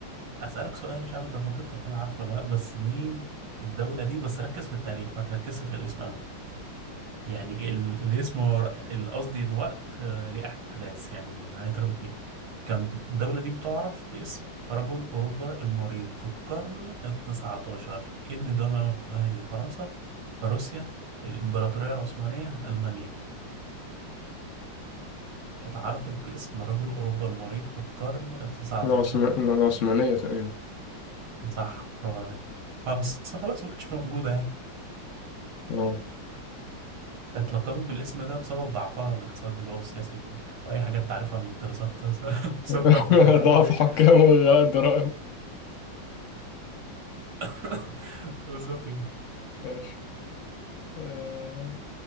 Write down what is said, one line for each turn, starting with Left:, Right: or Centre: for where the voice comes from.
Right: أسألك سؤال مش عارف أنت ممكن تكون عارفه ولا لأ بس مين الدولة دي بس ركز في التاريخ ما تركزش في الاسم أوي يعني ال... الاسم هو ال- قصدي الوقت آه، ليه أحداث يعني هيتربط بيه كان الدولة دي بتعرف باسم رجل أوروبا المريض في القرن التسعتاشر إن الدولة دي فرنسا روسيا الإمبراطورية العثمانية ألمانيا اتعرفت باسم رجل أوروبا المريض في القرن التسعتاشر
Left: العثما- العثمانية تقريبا
Right: صح برافو عليك اه بس خلاص ما عادش موجودة يعني
Left: اه
Right: اتلقبت بالاسم ده بسبب ضعفها الاقتصادي بقى والسياسي و- واي حاجه انت عارفها من الدراسات <laughs> بسبب
Left: <laughs>
Right: ضعف الحكام
Left: ضعف
Right: وايه
Left: حكام وغلاء الضرائب
Right: <laughs> بالظبط كده
Left: ماشي أه